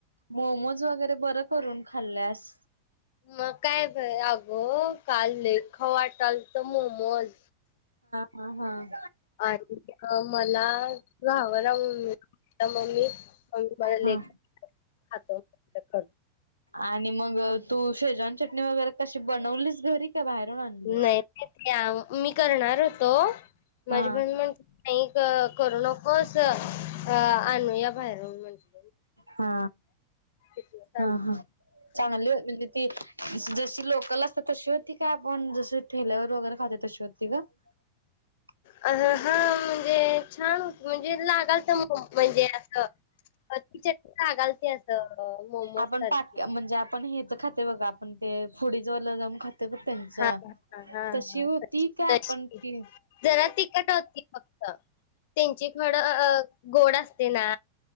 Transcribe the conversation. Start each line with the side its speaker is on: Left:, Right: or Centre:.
Right: मोमोज वगैरे बरं करून खाल्ल्यास.
Left: मग काय बय अगोऽऽ काल लय खाऊ वाटलऽऽ काल मोमोज.
Right: ह, हा,
Left: आणि मग मला चालना मनुनऽऽ मम्मी मला
Right: हा
Left: लेक खातो करून.
Right: आणि मग तू शेजवाान चटणी वगैरे कशी बनवलीस घरी? का बाहेरून आणलीस
Left: नाही ते मी करणार होतो माझी
Right: हा
Left: बण म्हणली नाही करू नकोस. अं आणूया बाहेरन म्हणलं.
Right: हा
Left: तिथनं सांगितलं
Right: हं हं चांगली <unintelligible> त जशी लोकल असतात तशी होती का? आपण जशी ठेल्यावर वगैरे खातातो तशी होती गं? <inaudible>
Left: अं हं म्हणजे छान होती म्हणजे ला चालतं म्हणजे असं तुच्या कागालते असं. मोमोज
Right: आपण
Left: सारखी
Right: पाक म्हणजे आपण हेचं खाते बघा आपण ते फुडी जवाल्या जाऊन खाते ते बघ त्यांचं
Left: हा हा हा
Right: तशी
Left: हा
Right: होती काय? आपण
Left: तशी
Right: ती
Left: जरा तीखट होती फक्त. त्यांची खडं गोड असते ना.